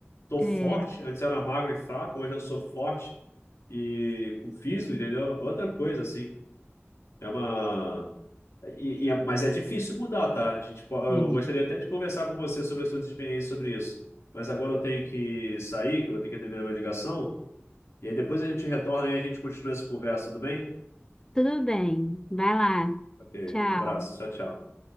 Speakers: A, on the left; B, on the left.
A: tô forte.
B: É,
A: Antes era magro e fraco, hoje eu sou forte e com físico, entendeu? Outra coisa, assim. É uma. e- e é- mas é difícil mudar, tá? A gente, po- eu
B: sim.
A: gostaria até de conversar com você sobre as suas experiências sobre isso. Mas agora eu tenho que sair, que eu vou ter que atender uma ligação. E aí depois a gente retorna e a gente continua essa conversa, tudo bem?
B: Tudo bem. Vai lá.
A: Ok,
B: Tchau.
A: um abraço, tchau, tchau.